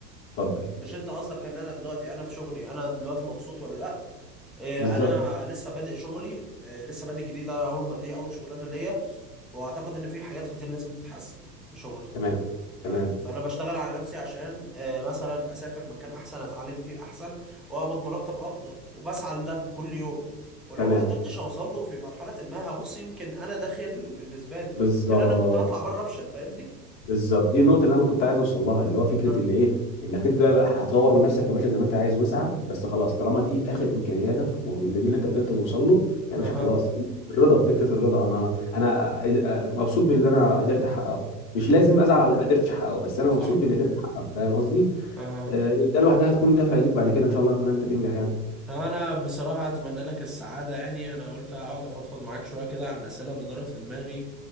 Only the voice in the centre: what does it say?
مش انت قصدك ان انا دلوقتي انا في شغلي انا دلوقتي مبسوط ولا لا إيه،
انا لسه بادئ شغلي إيه، لسه بادئ جديد انا اول ما دي اول شغلانه ليا واعتقد ان في حاجات كتير لازم تتحسن في شغلي
فاهم
فانا بشتغل على نفسي عشان آه، مثلا اسافر مكان احسن اتعلم فيه احسن واقبض مرتب افضل وبسعى لده كل يوم ولو
ما قدرتش اوصل له في مرحله ما هبص يمكن انا ده خير بالنسبه لي
يمكن انا كنت هطلع بره افشل فاهمني
اه
اها
مهم.
صح
اها
انا بصراحه اتمنى لك السعاده يعني انا قلت اقعد افضفض معاك شويه كده عن الاسئله اللي دارت في دماغي